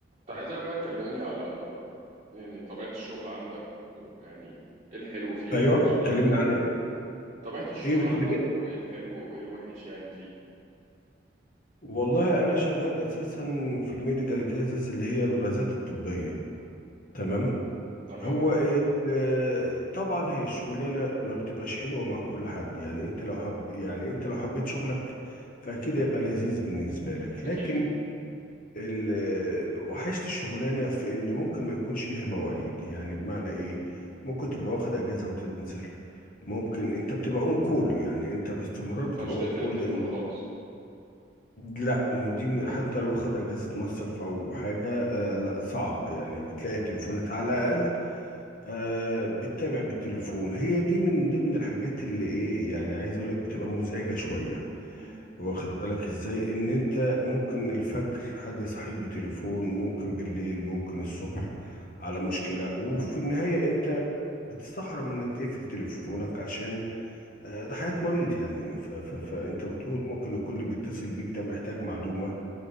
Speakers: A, on the right (about 30°); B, on the left (about 45°).
A: طب عايزك بقى تكلمني على يعني طبيعة الشغل عندك ويعني ايه الحلو فيه والوحش
B: ايوه اتكلمنا
A: فيه وكده
B: عن
A: يعني.
B: ايه
A: طبيعة الشغل
B: ايه بتقول
A: عندك
B: ايه
A: وايه الحلو وايه الوحش يعني فيه
B: والله انا شغال اساسا في الميديكال كيسز اللي هي الغازات الطبيه تمام
A: تمام
B: هو ال- طبعا هي الشغلانه ما بتبقاش حلوه مع كل حد يعني انت لو حب يعني انت لو حبيت شغلك فاكيد هيبقى لذيذ بالنسبه لك
A: اكيد
B: لكن ال- وحشت الشغلانه في ان ممكن ما يكونش ليها مواعيد يعني بمعنى ايه ممكن تبقى واخد اجازه وتنزل ممكن انت بتبقى اون كول يعني انت باستمرار
A: ما ينفعش
B: بتبقى
A: تقفل
B: اون كول
A: التليفون خالص
B: لا دي حتى لو واخد اجازه مصيف او حاجه آه لا صعب يعني بتلاقي التليفونات على الاقل آه بتتابع بالتليفون هي دي من ضمن الحاجات اللي ايه يعني عايز اقول لك بتبقى مزعجه شويه
A: مم.
B: واخد بالك ازاي ان انت ممكن الفجر حد يصحيك بتليفون ممكن بالليل ممكن الصبح على مشكله وفي النهايه انت بتستحرم انك تقفل تليفونك عشان آه، ده حياة مريض يعني ف ف فانت
A: مم.
B: بتقول ممكن يكون اللي بيتصل بيك ده محتاج معلومة